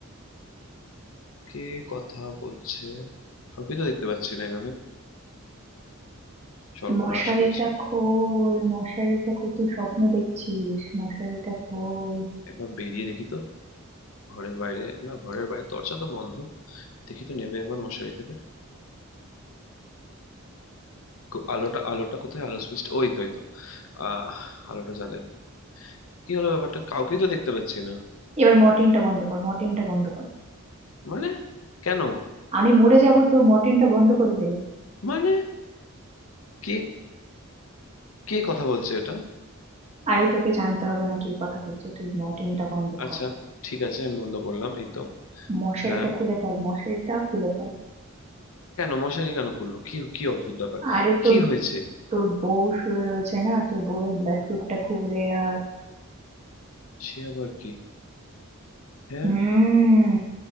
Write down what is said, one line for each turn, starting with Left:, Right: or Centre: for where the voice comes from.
Left: কে কথা বলছে কাউকে তো দেখতে পাচ্ছি না এখানে সর্বনাশ
Right: মশারিটা
Left: করেছে
Right: খোল মশারিটা খোল তুই স্বপ্ন দেখছিস মশারিটা খোল
Left: একবার বেরিয়ে দেখি তো ঘরের বাইরে না ঘরের বাইরে দরজা তো বন্ধ দেখি তো নেবে একবার মশারি থেকে কো- আলোটা আলোটা কোথায় আলো সুইচটা ওই তো ওই তো আহ আলোটা জ্বালাই কি হলো ব্যাপারটা কাউকেই তো দেখতে পাচ্ছি না
Right: এবার মর্টিনটা বন্ধ কর মর্টিনটা বন্ধ কর
Left: মানে কেন
Right: আমি মরে যাব তো মর্টিনটা বন্ধ করে দে
Left: মানে কে কে কথা বলছে এটা
Right: আরে তোকে জানতে হবে না কি কথা বলছে তুই মর্টিনটা বন্ধ
Left: আচ্ছা
Right: কর
Left: ঠিক আছে আমি বন্ধ করলাম এই তো
Right: মশারিটা
Left: হ্যাঁ
Right: খুলে ফেল মশারিটা খুলে ফেল
Left: কেন মশারি কেন খুলবো কি কি অদ্ভুত ব্যাপার
Right: আরে তোর
Left: কি হয়েছে
Right: তোর বউ শুয়ে রয়েছে না তোর বউয়ের ব্লাড গ্রুপটা খুব রেয়ার
Left: সে আবার কি হ্যাঁ
Right: হুম